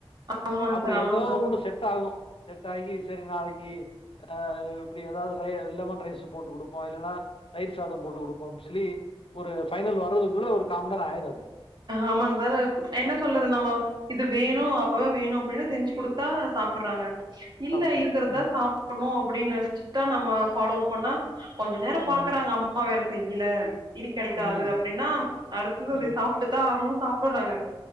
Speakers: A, on the right; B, on the left.
A: ஆமாங்க
B: அப்பறோ
A: சார் ஆமாங்க
B: ஏதோ
A: சார்
B: ஒண்ணு செட் ஆகு செட்டாகி செரி நாளைக்கி ஆ இப்டி ஏதாவது ரை லெமன் ரைஸு போட்டு குடுப்போ இல்லன்னா தயிர் சாதோ போட்டு குடுப்போன்னு சொல்லி ஒரு ஃபைனல் வர்றதுக்குள்ள ஒரு காம்மண் நேரோ ஆயிரு அது
A: ஆமாங்க சார் என்ன சொல்றது நம்ம இது வேணு அப்பதா வேணு அப்டின்னா செஞ்சு குடுத்தா சாப்டுறாங்க இல்ல
B: சாப்புட்றாங்க
A: இருக்கறதா
B: ம்
A: சாப் டனு அப்டின்னு ஸ்ட்ரிக்டா நம்ம ஃபாலோ பண்ணா கொஞ்ச நேரோ பாக்குறாங்க
B: ம்
A: அம் மா வேற செய்யல இனி கெடைக்காது
B: ம்
A: அப்டின்னா அடுத்தது வந்து
B: ம்
A: சாப் ட்டுதா ஆகணு சாப்ட்றாங்க